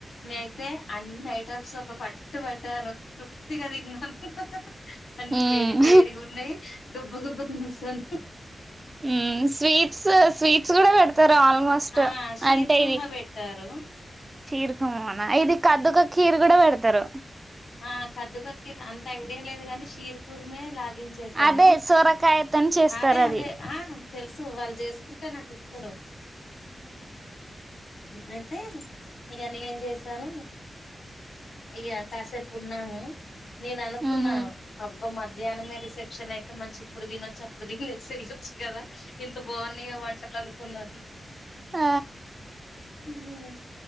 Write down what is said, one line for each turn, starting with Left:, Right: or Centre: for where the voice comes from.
Left: నేనయితే అన్ని ఐటమ్స్ ఒక పట్టు పట్టాను తృప్తిగా తిన్నాను అన్ని
Right: హ్మ్
Left: వేడి వేడిగా ఉన్నాయి గబ్బ గబ్బ తినేసాను
Right: మ్మ్ స్వీట్స్ స్వీట్స్ కూడా పెడ తారు ఆల్మోస్ట్
Left: ఆ షీర్
Right: అంటే
Left: కుర్మ
Right: ఇది
Left: పెట్టారు
Right: కీరుక <unintelligible> ఇది ఖద్దుక కీరు కూడా పెడతారు
Left: ఆ ఖద్దుక ఖిర్ అంత ఐడియా లేదు గాని షీర్ కూరమే లా <inaudible> చేసాను
Right: అదే సొరకాయతోని చేస్తారు
Left: అదే
Right: అది
Left: అదే తెలుసు వాళ్ళు చేసుకుంటే నాకు ఇస్తరు
Right: మ్మ్
Left: అయితే ఇగ నేనేం చేశాను ఇక కాసేపు ఉన్నాము నేను అనుకున్నాను
Right: ఊహూ
Left: అబ్బ మధ్యాహ్నమే రిసెప్ షన్ అయితే మంచి ఇప్పుడు తినొచ్చు అప్పుడు <inaudible> కదా ఇంత బాగున్నాయో వంటలు <unintelligible>
Right: ఆ
Left: మ్మ్